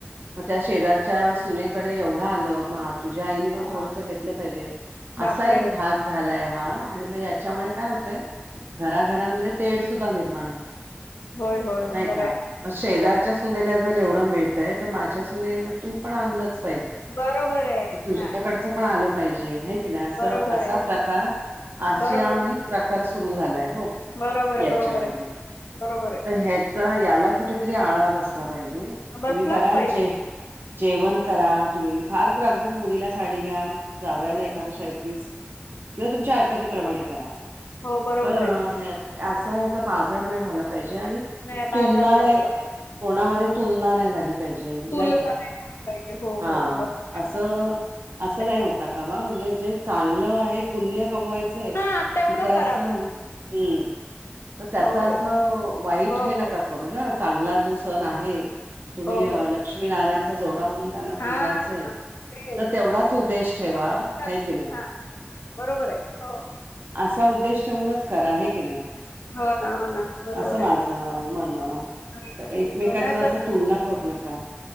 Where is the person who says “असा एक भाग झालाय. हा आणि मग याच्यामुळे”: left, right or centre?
Right